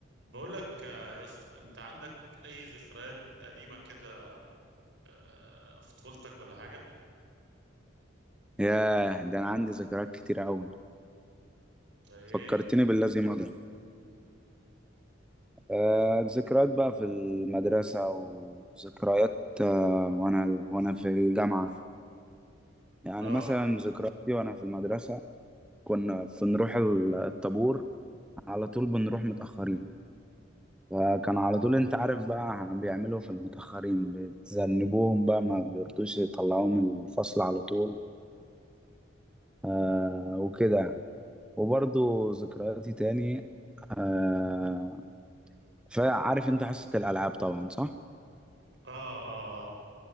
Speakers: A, on the right; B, in the centre.
A: بقول لك آه، يا اسطى انت عندك اي ذكريات قديمه كده آه، في طفولتك ولا حاجه
B: ياه ده أنا عندي ذكريات كتير أوي
A: زي
B: فكرتني
A: ايه
B: بالذي مضى آه ذكريات بقى في المدرسة وذكريات آه وأنا وأنا في الجامعة يعني
A: اه
B: مثلا ذكرياتي وأنا في المدرسة كنا بنروح ال- الطابور على طول بنروح متأخرين فكان على طول أنت عارف بقى بيعملوا في المتأخرين بتذنبوهم بقى ما بيرضوش يطلعوهم من الفصل على طول آه وكده وبرضو ذكرياتي تاني آه، فعارف انت حصة الألعاب طبعا صح؟
A: اه اه اه